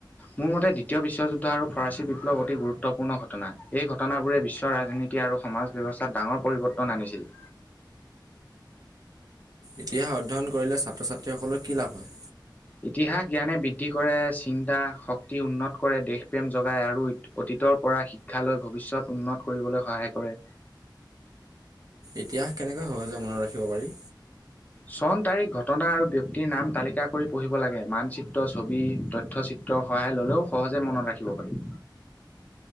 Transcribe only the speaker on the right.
ইতিহাস অধ্যয়ন কৰিলে ছাত্ৰ-ছাত্ৰীসকলৰ কি লাভ হয়?
ইতিহাস কেনেকৈ সহজে মনত ৰাখিব পাৰি?